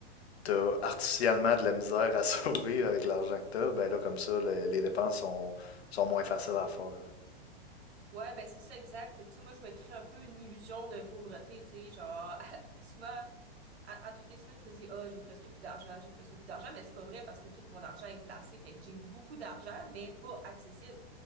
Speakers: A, on the left; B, on the right.
A: as artificiellement de la misère à <laughs> sauver avec l'argent que tu as, ben là, comme ça, le- les dépenses sont, sont moins faciles à faire.
B: Ouais, ben c'est ça exact. Fait que, tu sais, moi je me crée un peu une illusion de pauvreté, tu sais, genre <laughs> souvent à, à toutes les semaines, je me dis, ah, j'ai presque plus d'argent, j'ai presque plus d'argent, mais c'est pas vrai parce que tout mon argent est placé. Fait que j'ai beaucoup d'argent, mais pas accessible.